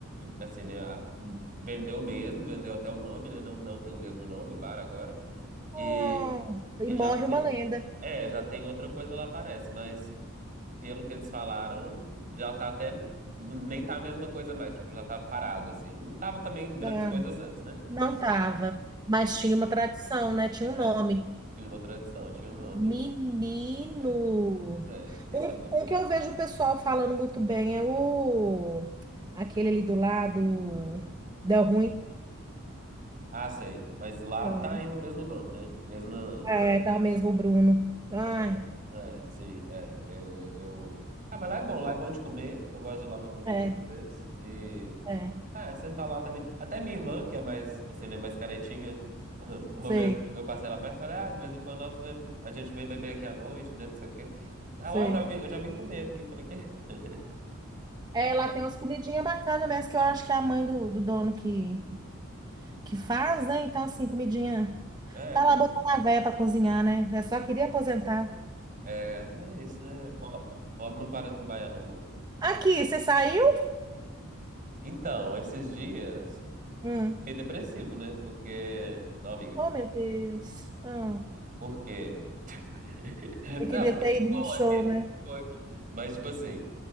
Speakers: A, on the right; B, on the right.
A: assim, né, a- vendeu mesmo, vendeu até o nome, né? Não, não tem o mesmo nome, o bar agora. E,
B: Nossa,
A: e
B: e morre
A: já tem,
B: uma lenda.
A: é, já tem outra coisa lá, parece, mas pelo que eles falaram, já tá até. Nem tá a mesma coisa mais, tipo, já tá parado, assim. Não tava também grandes
B: Ah,
A: coisas antes, né?
B: não tava, mas tinha uma tradição, né? Tinha
A: É,
B: um nome.
A: tinha uma tradição, tinha um nome.
B: Menino.
A: É, pois é, fiquei
B: Um,
A: sabendo
B: um
A: disso.
B: que eu vejo o pessoal falando muito bem é o aquele ali do lado, deu ruim.
A: Ah, sei. Mas lá
B: Uhum.
A: tá ainda o mesmo dono, né? Mesma.
B: É, tá mesmo o Bruno. Ai,
A: Ah, tá. É, sim, é. Eu, eu, eu- Ah, mas lá é bom, lá é bom de comer. Eu gosto de ir lá pra comer,
B: é,
A: às vezes. E.
B: é,
A: É, sentar lá também. Até minha irmã, que é mais, assim, né, mais caretinha, <clears throat> uma
B: sei,
A: vez eu passei lá perto e falei, ah, de vez em quando nós vem- a gente vem beber aqui à noite, né, não sei o quê. Ela,
B: sei.
A: ó, eu já vim, eu já vim comer aqui. Eu falei, quê? <laughs>
B: É, lá tem umas comidinhas bacanas mesmo, que eu acho que é a mãe do, do dono que, que faz, né? Então, assim, comidinha.
A: É,
B: Tá
A: comi-
B: lá botando a véia pra cozinhar, né? Eu só queria aposentar.
A: é, mas é isso, né? po- Pobre não para de trabalhar, não, boba.
B: Aqui, você saiu?
A: Então, esses dias,
B: Hum.
A: fiquei depressivo, né? Porque, não, amiga,
B: Oh, meu Deus. Hum.
A: porque <laughs>
B: Você
A: Não,
B: queria
A: fiquei
B: ter
A: de
B: ido
A: boa
B: no show,
A: aqui,
B: né?
A: de boa aqui. Mas, tipo assim,